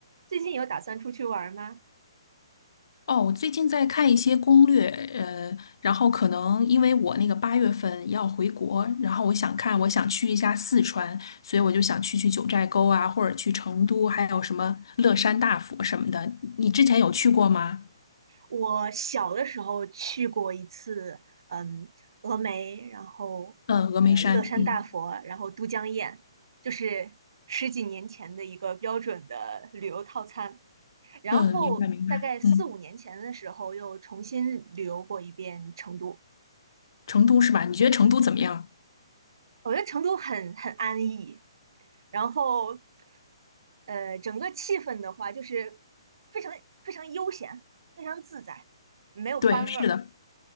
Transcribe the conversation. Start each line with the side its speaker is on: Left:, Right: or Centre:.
Right: 最近有打算出去玩吗？
Left: 哦，我最近在看一些攻略，呃，然后可能因为我那个八月份要回国，然后我想看，我想去一下四川，所以我就想去去九寨沟啊，或者去成都，还有什么乐山大佛什么的。你之前有去过吗？
Right: 我小的时候去过一次，嗯，峨眉，然后呃乐山大佛，
Left: 嗯，峨眉山，嗯
Right: 然后都江堰，就是十几年前的一个标准的旅游套餐。然后大概四五年前的时候，
Left: 嗯，明白明白，嗯，
Right: 又重新旅游过一遍成都。
Left: 成都是吧？你觉得成都怎么样？
Right: 我觉得成都很很安逸，然后呃整个气氛的话，就是非常非常悠闲，非常自在，没有班味儿。
Left: 对，是的。